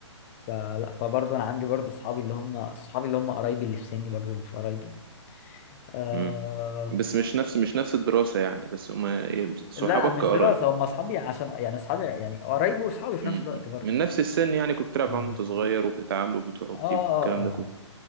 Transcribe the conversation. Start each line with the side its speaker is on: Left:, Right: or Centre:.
Left: فلا فبرضو انا عندي برضو اصحابي اللي هم اصحابي اللي هم قرايبي اللي في سني برضو اللي في قرايبي آه...
Right: مم. بس مش نفس مش نفس الدراسة يعني بس هما إيه، صحابك
Left: لا مش
Right: كقرايب
Left: دراسه هم اصحابي عشان يعني اصحابي يعني قرايبي واصحابي في
Right: مم.
Left: نفس الوقت برضو
Right: من نفس السن يعني كنت تلعب
Left: آه.
Right: معاهم وأنت صغير وبتتعاملوا وبتروحوا
Left: اه
Right: وبتيجوا والكلام
Left: اه اه
Right: ده كله